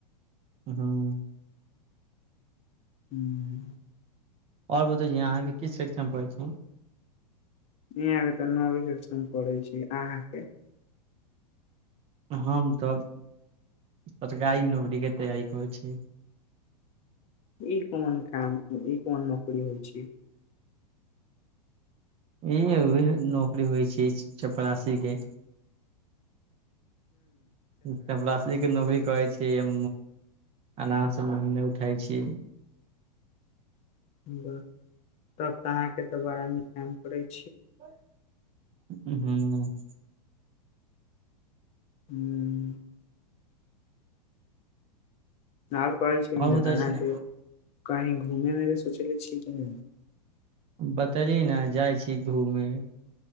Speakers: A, on the right (about 30°); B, on the left (about 30°).
A: हँ
B: ह्म
A: आर बतैय अहाँ के किस शिक्षा मे पढ़ै छी
B: यहाँ के तऽ नवी कक्षा में पढ़ै छी अहाँ के
A: हम तब सरकारी नौकरी के तैयारी करै छि
B: ई कोनो काम ओ ई कोन नकरी होइ छैय?
A: य उह नौकरी होइ छैय चपरासीे के। चपरासी के नौकरी करै छियै। आराम से महीने उठाय छीयै।
B: ब तब तऽ अहाँ के तऽ बड़ा नीक काम करैत
A: हू
B: ह्म आ और कहै छैय
A: और
B: नहि
A: बताै
B: अहाँके
A: छी ने
B: कही घूमे मे सोचले छीय कि नहि?
A: बतेली ने जाइ छी घूमे।